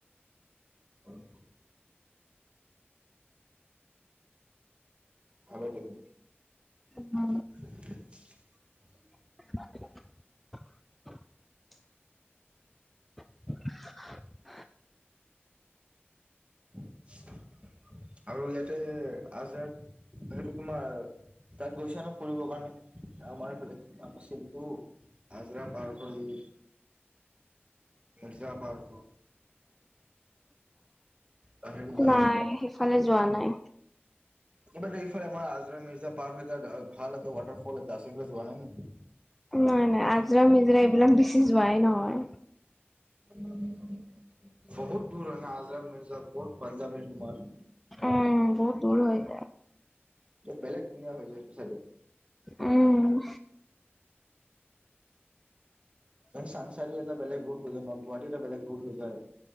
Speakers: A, on the right; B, in the centre.
A: উম। হলে নিকি।
B: উ।
A: <inaudible>
B: <inaudible> <inaudible>
A: <inaudible> আৰু ইয়াতে আজাদ সেইটো তোমাৰ। তাত গৈছে নো ফুৰিবৰ কাৰণে আমাৰ এইফালে অবচে দুৱ। হজৰা পাৰ হৈল। মিৰ্জা পাৰ। তাহেলো জাগা
B: নাই সেইফালে যোৱা নাই।
A: কিন্তু ইফালে আমাৰ আজৰা মিৰ্জা পাৰ এটা ভাল ৱটাৰফল এ আছে যোৱা নাই, নিকি।
B: নাই, নাই আজৰা মিজৰা এইবিলাক বেছি যোৱাই নহয়।
A: উম, উ। বহুত দূৰ হয় ন, আজৰা মিৰ্জাপুৰ পঞ্জাব এণ্ড কুমাৰ।
B: উম, বহুত দূৰ হৈ।
A: বেলেগ ধুনীয়া হৈ এ তোৰ চাগে।
B: উম
A: চানচাৰী এটা বেলেগ ৰোট হৈ যায় নয় গুৱাহাটী এটা বেলেগ ৰোট হৈ যায়।